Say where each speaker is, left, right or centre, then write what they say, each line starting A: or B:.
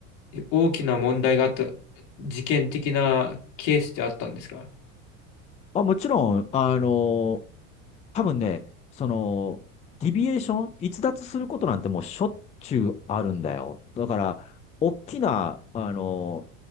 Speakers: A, on the left; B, on the left.
A: 大きな問題があった、事件的なケースってあったんですか
B: まあ、もちろん、あの、多分ね、その、ディビエーション、逸脱することなんてもうしょっちゅうあるんだよ。だから、大きな、あの、